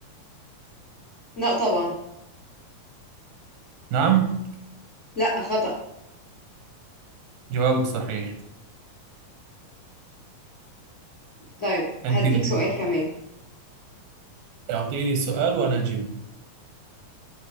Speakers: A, on the left (about 35°); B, on the right (about 85°).
A: لا طبعا
B: نعم
A: لا خطأ
B: جوابك صحيح
A: طيب
B: أنتني
A: هديك سؤال كمان
B: أعطيني سؤال وأنا أجيب